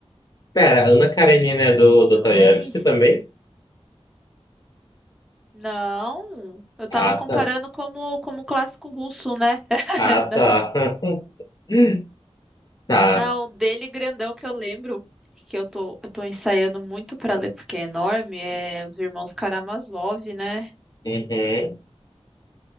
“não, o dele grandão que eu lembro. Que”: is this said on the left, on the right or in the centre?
Centre